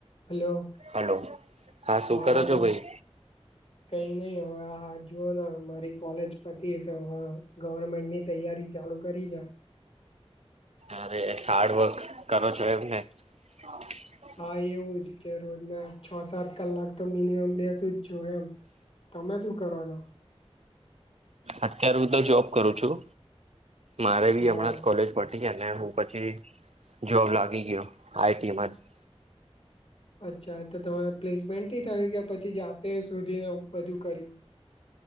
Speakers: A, on the left (about 60°); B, on the right (about 80°).
A: Hello
B: hello હા શું
A: હ અવાજ
B: કરો છો ભાઈ
A: કઈ નહી હોવે આ જુઓનેમ મારી કોલેજ પતિ તો હવે ગવર્મેન્ટ ની તૈયારી ચાલુ કરી છે.
B: અરે હાર્ડવર્ક કરો છો એમને <unintelligible>
A: હા એવું જ કે રોજના છ સાત કલાક તો મિનિમમ બેસું જ છું, એમ તમે શું કરો છો?
B: અત્યારે હું તો જોબ કરું છું, મારે બી
A: હા
B: હમણાં કોલેજ પ હું પછી જોબ લાગી ગયો આઈટીમાં જ.
A: અચ્છા એ તો તમે પ્લેસમેન્ટ થી થયું કે પછી જાતે સોઘી ને બધું કર્યું?